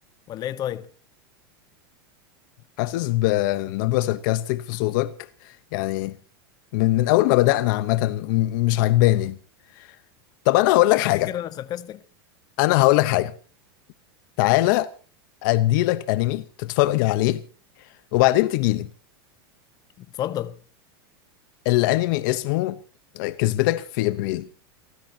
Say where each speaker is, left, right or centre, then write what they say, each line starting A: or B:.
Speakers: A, on the left (about 30°); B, on the left (about 55°).
A: ولا ايه طيب
B: حاسس بنبرة ساركاستيك في صوتك يعني من من اول ما بدأنا عامة م- مش عجباني طب انا هقول لك
A: تفتكر
B: حاجة
A: انا ساركاستك
B: انا هقول لك حاجة تعالى اديلك انمي تتفرج عليه وبعدين تجيلي
A: اتفضل
B: الانمي اسمه كذبتك في ابريل